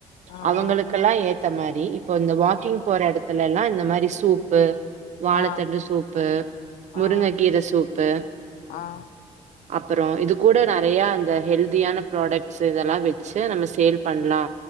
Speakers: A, on the left (about 85°); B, on the right (about 60°).
A: ம்
B: அவுங்களுக்கெல்லா
A: ம்
B: ஏத்த மாரி இப்ப இந்த வா க்கிங் போற எடத்து எல்லா இந்த மாரி சூப்பு வாழத்தண்டு
A: ஆ
B: சூப்பு முருங்கக்கீர
A: ஆ
B: சூப்பு
A: ஆ
B: அப்பறோ இது கூட நெறய அந்த ஹெல்தியான ப்ராடக்ஸ் இதல்லா வச்சு நம்ம சேல் பண்ணலா